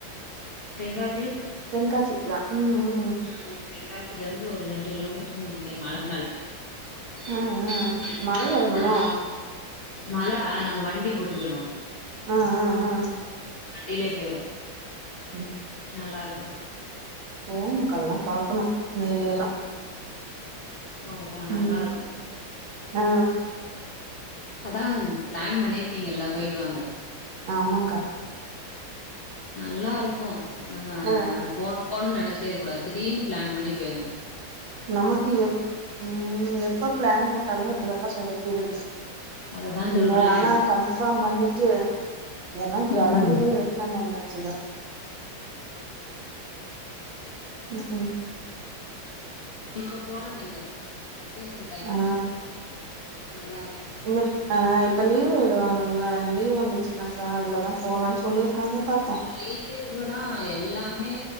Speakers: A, on the left; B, on the right.
A: தென்காசி
B: தென்காசி இதா ம் ம்
A: ம் தென்காசிலேருந்து ஒரு ரெண்டு கிலோமீட்ருன் நெனைக்கிறே மல மேல <inaudible>
B: ஆ ஆ மலை ஏறணுமோ
A: ஆ மல அ நம்ம வண்டி போட்டு போயிடணு
B: ஆ ஆ ஆ
A: வண்டிலே பேயிரு
B: ம்
A: நல்லாருக்கு
B: போணு கா அதாலா பாக்கணு <unintelligible> எல்லா
A: போங்க போங்க நல்லா
B: ம்
A: இருக்கு
B: ஆ
A: அதா அது பிளான் பண்ணிருக்கீங்கல்ல போயிட்டு வாங்க
B: ஆமாங் கா
A: நல்லா இருக்கு நம்ம
B: ஆ
A: போனு போனு நெனைச்சிட்டே இருக்ககூடாது திடீர்னு பிளான் பண்ணி பேயிர்ணு
B: நமக்கு எப் ம் எப்ப பிளான் போட்டாலுமே இப்டிதாங் கா சொதப்பிடுது
A: அததா
B: ம்
A: சொல்றே
B: ஆனா கன்ஃபார்ம் பண்ணிட்டு எல்லா கெளம்பி
A: ம் ம்
B: போய் ரிட்டன் வந்தாச்சுங்க ம்
A: இப்போ போலா நீங்க சீசன் டைம்
B: ஆ
A: நல்லா இருக்கு
B: இல்ல ஆ இப்ப லீவு விடுவாங்கல்ல லீவ் வந்துச்சுன்னாக்கா அதுலதா போலான் சொல்லிருக்காங்க பாப்போ
A: லீவே இல்லன்னா எல்லாமே